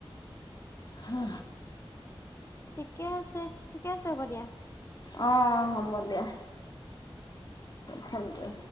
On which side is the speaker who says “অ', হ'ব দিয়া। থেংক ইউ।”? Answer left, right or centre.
Left